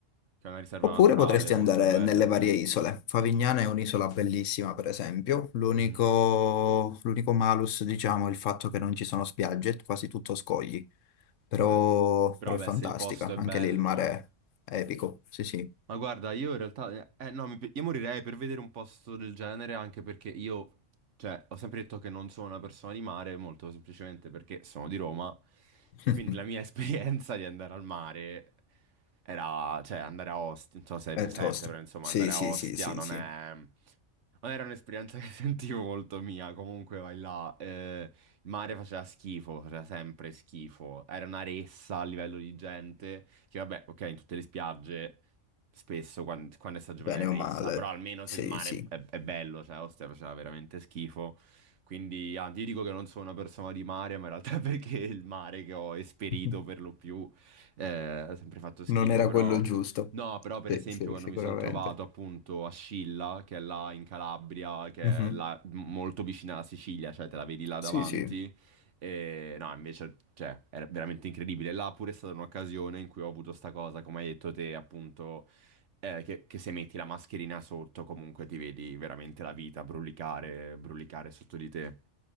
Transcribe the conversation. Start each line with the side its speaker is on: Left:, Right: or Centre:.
Right: è una riserva
Left: Oppure
Right: naturale
Left: potresti
Right: molto
Left: andare
Right: bella.
Left: nelle
Right: eh.
Left: varie isole. Favignana è un'isola bellissima, per esempio. L'unico
Right: Mhm.
Left: l'unico malus, diciamo, è il fatto che non ci sono spiagge, è quasi tutto scogli. Però,
Right: Ok. Però,
Left: però
Right: beh,
Left: è fantastica.
Right: se il posto è
Left: Anche
Right: bello.
Left: lì il mare è epico. Sì, sì.
Right: Ma guarda, io in realtà, eh, no, mi pi- io morirei per vedere un posto del genere anche perché io, cioè, ho sempre detto che non sono una persona di mare, molto semplicemente perché sono di Roma
Left: <laughs>
Right: e quindi la mia <laughs> esperienza di andare al mare era, cioè, andare a Ostia, non so se sei
Left: È
Right: presente,
Left: tosta.
Right: però insomma,
Left: Sì,
Right: andare
Left: sì,
Right: a Ostia
Left: sì, sì,
Right: non
Left: sì.
Right: è, ma Era un'esperienza che <laughs> sentivo molto mia, comunque vai là, eh, il mare faceva schifo, faceva sempre schifo, era una ressa a livello di gente, che vabbè, ok, in tutte le spiagge spesso quan- quando, è stagione
Left: Bene
Right: è ressa,
Left: o male.
Right: però almeno
Left: Sì,
Right: se il mare
Left: sì.
Right: è, è bello, cioè Ostia faceva veramente schifo, quindi ah, ti dico che non sono una persona di mare, ma in realtà <laughs> è perché il mare che ho esperito
Left: <laughs>
Right: per lo più eh, ha sempre fatto schifo,
Left: Non era
Right: però...
Left: quello giusto.
Right: No, però per
Left: Sì,
Right: esempio
Left: sì,
Right: quando
Left: sicuramente.
Right: mi sono trovato appunto a Scilla, che è là in Calabria, che
Left: Mhm.
Right: è là m- molto vicina alla Sicilia, cioè te la vedi là
Left: Sì,
Right: davanti,
Left: sì.
Right: e no, invece, cioè, era veramente incredibile. Là pure è stata un'occasione in cui ho avuto sta cosa, come hai detto te, appunto, eh, che, che se metti la mascherina sotto comunque ti vedi veramente la vita brulicare, brulicare sotto di te.